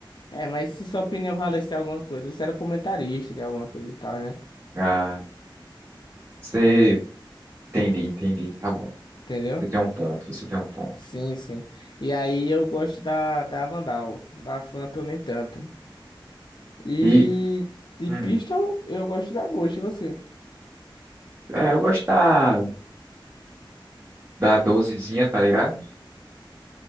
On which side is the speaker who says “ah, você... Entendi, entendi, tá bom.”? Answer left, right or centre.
Right